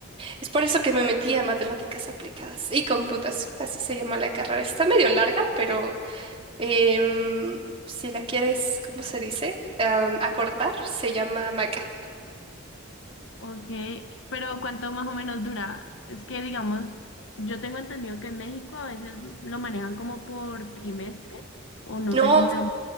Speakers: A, on the right; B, on the left.
A: Es por eso que me metí a matemáticas aplicadas y computación. Así se llama la carrera. Está medio larga, pero Em, si la quieres, ¿cómo se dice? Am, acortar, se llama maca.
B: Ok, pero ¿cuánto más o menos dura? Es que, digamos, yo tengo entendido que en México a veces lo manejan como por trimestres, o no
A: No,
B: sé cómo lo...